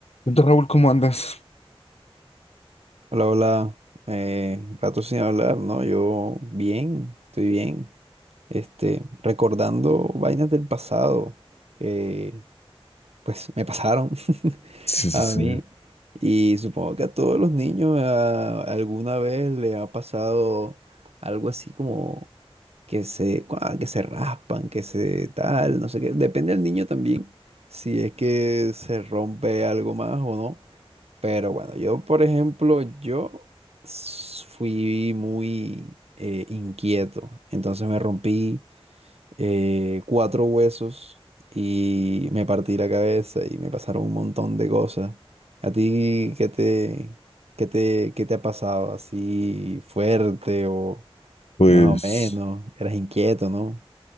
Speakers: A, on the left (about 85°); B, on the right (about 85°).
A: Entonces, Raúl, ¿cómo andas?
B: Hola, hola. Eh, rato sin hablar, ¿no? Yo bien, estoy bien. Este, recordando vainas del pasado que pues me pasaron <laughs>
A: Sí, sí,
B: a
A: sí.
B: mí. Y supongo que a todos los niños a- alguna vez le ha pasado algo así como que se, cua- que se raspan, que se tal, no sé qué. Depende del niño también, si es que se rompe algo más o no. Pero bueno, yo, por ejemplo, yo s- fui muy eh, inquieto. Entonces me rompí eh, cuatro huesos y me partí la cabeza y me pasaron un montón de cosas. ¿A ti qué te, qué te, qué te ha pasado? ¿Así fuerte o
A: Pues,
B: más o menos? Eras inquieto, ¿no?